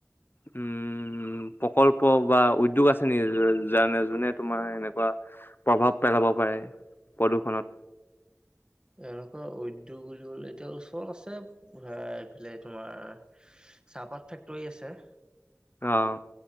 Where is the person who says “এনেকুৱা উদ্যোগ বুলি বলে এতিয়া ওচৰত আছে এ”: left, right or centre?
Right